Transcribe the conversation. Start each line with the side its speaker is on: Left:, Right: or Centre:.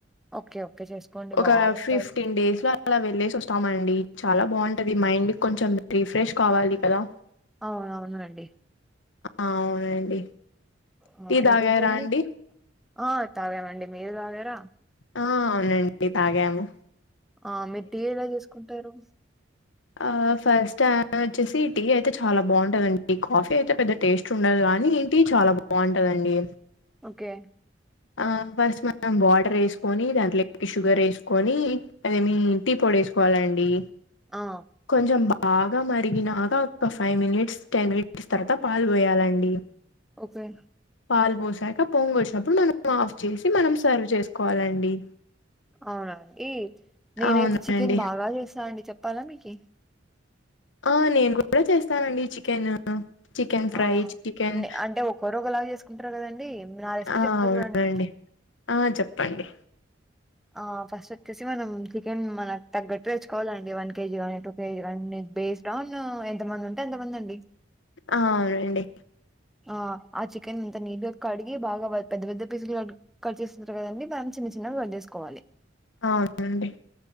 Centre: ఓకే. ఓకే. చేసుకోండి
Left: ఒక
Centre: బావుంటది.
Left: ఫిఫ్టీన్ డేస్ అల వెళ్లేేసి వస్తామండి చాల బాగుంటది మైండ్ కొంచెం రిఫ్రెష్ కావాలి కదా
Centre: అవునవునండి.
Left: అవునండి
Centre: ఆ!
Left: టి తగార
Centre: ఇంకేంటండి?
Left: అండి
Centre: ఆ తాగమండి మీరు తగార
Left: ఆ అవునండి తాగాము
Centre: ఆ మీరు టీ ఎలా చేసుకుంటారు
Left: ఆ ఫస్ట్ వచ్చేసి టీ అయితే చాలా బాగుంటదండి కాఫీ అయితే పెద్ద టేస్ట్ ఉండదు కాని ఏంటి చాలా బాగుంటదండి
Centre: ఓకే
Left: ఆ ఫస్ట్ మనం వాటర్ వేసుకొని దాంట్లో షుగర్ వేసుకొని అదేమి టీ పొడి చేసుకోవాలండి
Centre: ఆ!
Left: కొంచెం బాగా మరిగినాక ఒక ఫైవ్ మినిట్స్ టెన్ మినిట్ తర్త పాలు పోయాలండి
Centre: ఓకే.
Left: పాలు పోసి క పొంగు వచ్చినప్పుడు మనం ఆఫ్ చేసి మనం సర్వ్ చేసుకోవాలండి
Centre: అవునండి ఇ నేనైతే
Left: అవునండి
Centre: చికెన్ బాగా చేసా అండి చెప్పాలా మీకి
Left: ఆ నేను కూడా చేస్తానండి చికెన్ చికెన్ ఫ్రై
Centre: ఆ
Left: చికెన్
Centre: అంటే ఒకరు ఒకలాగ చేసుకుంటారు కదండి డి నా లిస్ట్
Left: ఆ
Centre: చెప్తా
Left: అవునండి
Centre: చూడండి మీకి
Left: ఆ చెప్పండి
Centre: ఆ ఫస్ట్ వచ్చేసి మనం చికెన్ మనకు తగ్గట్టు తే చ్చుకోవాలండి వన్ కేజీ <unintelligible> బేస్డ్ ఆన్ ఎంతమంది ఉంటే అంత మంది అండి
Left: ఆ అవునండి
Centre: ఆ ఆ చికెన్ ఇంత నీట్గా కడిగి బాగా పెద్ద పెద్ద పీసులు క కట్ చేస్తుంటారు కదండి మంచి చినా వడ్డేసుకోవాలి
Left: అవునండి